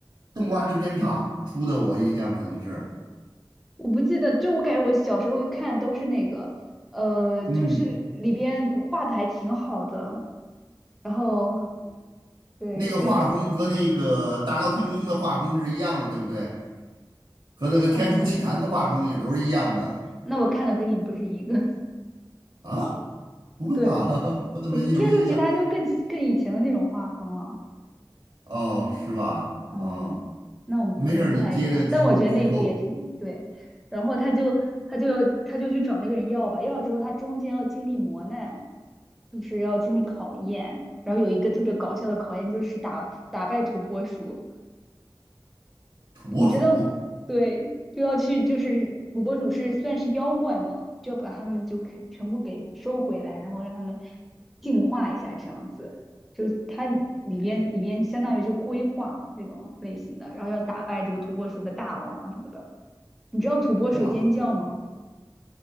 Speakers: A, on the right (about 55°); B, in the centre.
A: 动画制片厂出的，我印象可能是，
B: 我不记得，就我感觉我小时候看都是那个，呃，
A: 嗯，
B: 就是里边画的还挺好的，然后对，
A: 那个画风和那个《大闹天宫》的画风是一样的，
B: 就
A: 对不对？和那个《天书奇谭》的画风也都是一样的
B: 大闹天宫那我看的跟你不是一个，
A: 啊？不会吧？
B: <laughs> 对，
A: <laughs> 我怎么有印象？
B: 不是《天书奇谭》就更更以前的那种画风了，
A: 哦，
B: 对
A: 是吧？
B: 哦，
A: 哦，
B: 那我们可能不太一样，
A: 没事儿，你接着继续剧透。
B: 但我觉得那部也挺对。然后他就他就要他就去找那个人要吧，要了之后他中间要经历磨难，就是要经历考验。然后有一个特别搞笑的考验，就是打打败土拨鼠，
A: 土拨鼠，
B: 你知道，对，就要去，就是土拨鼠是算是妖怪嘛，就要把它们就给全部给收回来，然后让它们进化一下，这样子，就它里边里边相当于就规划嘛这种类型的，然后要打败这个土拨鼠的大王啊什么的。你知道土拨鼠尖叫吗？
A: 哇，